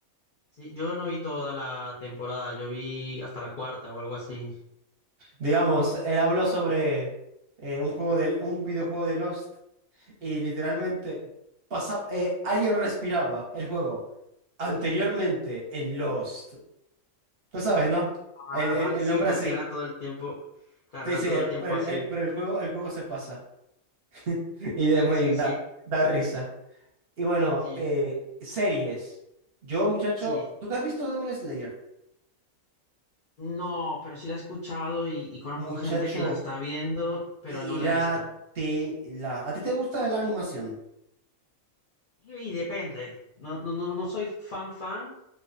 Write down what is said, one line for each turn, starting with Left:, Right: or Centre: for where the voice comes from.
Left: Sí, yo no vi toda la temporada, yo vi hasta la cuarta o algo así.
Right: Digamos, él habló sobre eh, un juego del, un videojuego de Lost y literalmente pasa, eh, alguien respiraba el juego anteriormente en Lost. Tú sabes, ¿no?
Left: Ah,
Right: El,
Left: vale,
Right: el, el
Left: sí,
Right: nombre
Left: porque
Right: así.
Left: era todo el tiempo, claro,
Right: Sí,
Left: era
Right: sí,
Left: todo
Right: el-
Left: el tiempo
Right: pero
Left: así.
Right: el, el- pero el juego, el juego se pasa. <laughs> Y de
Left: Sí,
Right: en fin,
Left: sí, sí,
Right: da, da risa. Y bueno,
Left: sí,
Right: eh, series. Yo, muchacho,
Left: sí.
Right: ¿tú te has visto Demon Slayer?
Left: No, pero sí la he escuchado y, y conozco
Right: Muchacho,
Left: gente que la está viendo, pero
Right: míratela.
Left: no la ha visto.
Right: ¿A ti te gusta la animación?
Left: Y, y depende. No, no, no, no soy fan fan,